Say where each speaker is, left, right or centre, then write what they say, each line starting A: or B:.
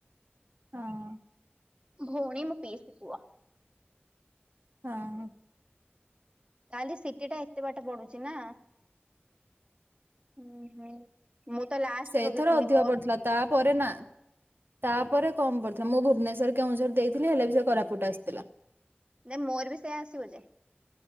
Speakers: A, on the right (about 60°); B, on the right (about 25°).
A: ହଁ।
B: ଭଉଣୀ ମୋ ପିଇସି ପୁଅ।
A: ହଁ।
B: ତାହଲେ ସିଟିଟା ଏତେ ବାଟ ପଡ଼ୁଚିନା? ହୁଁ ହୁଁ ମୁଁତ ଲାଷ୍ଟରେ
A: ସେଇଥର
B: ପକେଇଥିଲି
A: ଅଧିକ
B: ମୋର
A: ପଡିଥିଲା ତାପରେ ନା ତାପରେ କମ୍ ପଡ଼ିଥିଲା ମୁଁ ଭୁବନେଶ୍ୱର କେଉଁଝର ଦେଇଥିଲି ହେଲେବି ସେକୋରାପୁଟ ଆସିଥିଲା।
B: ନାଇଁ ମୋରବି ସେୟ ଆସିବଯେ